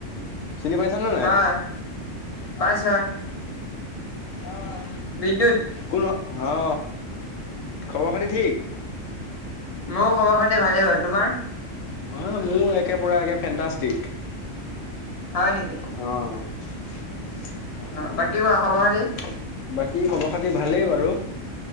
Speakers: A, on the left (about 75°); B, on the left (about 35°).
A: চিনি পাইছা নে নাই।
B: হয়
A: পাইছো
B: পাইছ হয়
A: অ অহ
B: বিদ্যুৎ
A: কোন অ খবৰ খাতি ঠিক।
B: মোৰ খবৰ খাতি ভালেই হয় তোমাৰ।
A: অ মোৰ একে পুৰা একে ফেনটাষ্টিক
B: হয়
A: হয়‌
B: নেকি
A: নেকি
B: বাকী
A: অ <unintelligible>
B: কোৱা খবৰ খাতি
A: বাকী খবৰ খাতি ভালেই বাৰু।